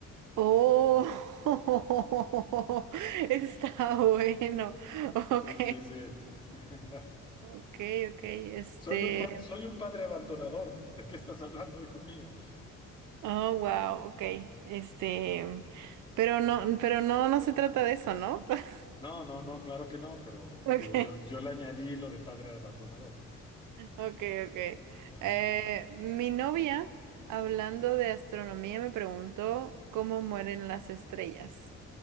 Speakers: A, on the right; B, on the left.
A: Oh, <laughs> está bueno.
B: Sí,
A: Ok,
B: sí, sí. <laughs>
A: ok, ok. Este,
B: Soy un pa- soy un padre abandonador. ¿De qué estás hablando, hijo mío?
A: oh, wow, ok. Este, pero no, pero no, no se trata de eso, ¿no? <laughs>
B: No, no, no, claro que no, pero
A: Ok.
B: digo, yo, yo le añadí lo de padre abandonador.
A: Ok, ok.
B: Ajá.
A: Eh, mi novia, hablando de astronomía, me preguntó cómo mueren las estrellas.